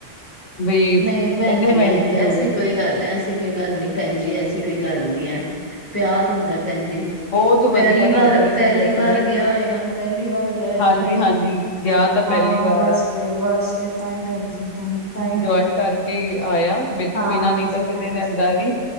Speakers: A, on the left (about 85°); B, on the left (about 15°).
A: ਵੀ
B: ਨਹੀਂ ਭੈਣ
A: ਇੰਨੇ
B: ਜੀ
A: ਮਹਿੰਗੇ
B: ਹਾਂਜੀ
A: ਜੋੜੇ
B: ਐਸੀ
A: ਨੇ।
B: ਕੋਈ ਗੱਲ ਨਹੀਂ ਐਸੀ ਕੋਈ ਗੱਲ ਨੀ ਭੈਣ ਜੀ ਐਸੀ ਕੋਈ ਗੱਲ ਨੀ ਹੈ ਪਿਆਰ ਹੁੰਦਾ ਭੈਣ ਜੀ।
A: ਬਹੁਤ
B: ਪਹਿਲੀ
A: ਵਧੀਆ ਲੱਗ
B: ਵਾਰ
A: ਰਹੇ
B: ਪਹਿਲੀ
A: ਸੀ ਕੱਪੜੇ
B: ਵਾਰ ਗਿਆ ਹੋਏਗਾ ਪਹਿਲੀ ਵਾਰ ਗਿਆ ਹੋਏਗਾ
A: ਹਾਂਜੀ-ਹਾਂਜੀ,
B: ਭੈਣ।
A: ਗਿਆ ਤਾਂ
B: ਹਾਂ
A: ਪਹਿਲੀ ਵਾਰ
B: ਬਸ
A: ਆ,
B: ਫੇਰ ਬਸ ਫੇਰ ਤਾਂ ਹੀ ਪੈੈ ਤਾਂ ਹੀ
A: <unintelligible> ਕੇ ਆਇਆ ਮੇਥੋਂ
B: ਹਾਂਜੀ
A: ਬਿਨਾਂ ਨ ਤਾਂ ਕਦੇ
B: ਹਾਂਜੀ।
A: ਰਹਿੰਦਾ ਨੀ